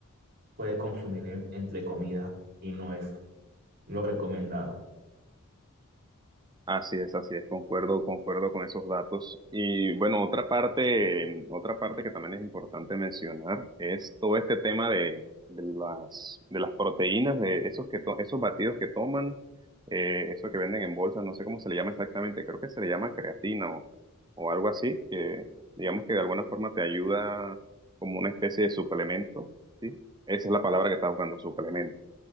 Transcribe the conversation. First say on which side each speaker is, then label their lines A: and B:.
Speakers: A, on the right (about 45°); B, on the right (about 20°).
A: puede consumir en- entre comidas y no es lo recomendado.
B: Así es, así es, concuerdo, concuerdo con esos datos. Y bueno, otra parte, otra parte que también es importante mencionar es todo este tema de, de las, de las proteínas, de esos que to- esos batidos que toman, eh, eso que venden en bolsas, no sé cómo se le llama exactamente, creo que se le llama creatina o, o algo así, que digamos que de alguna forma te ayuda como una especie de suplemento, ¿sí? Esa es la palabra que estás buscando, suplemento